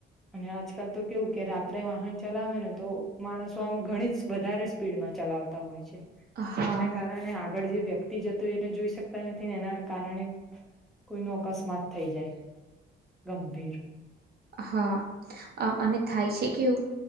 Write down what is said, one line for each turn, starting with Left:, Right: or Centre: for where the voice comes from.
Centre: અને આજકાલ તો કેવું કે રાત્રે વાહન ચલાવે ને તો માણસો આમ ઘણી જ વધારે સ્પીડમાં ચલાવતા હોય છે.
Right: હા
Centre: એના કારણે હા ગળ જે વ્યક્તિ જતો એને જોઈ શકતા નથીને એના કારણે કોઈનો અકસ્માત થઈ જાય ગંભીર.
Right: હા અહ અને થાય છે કેવું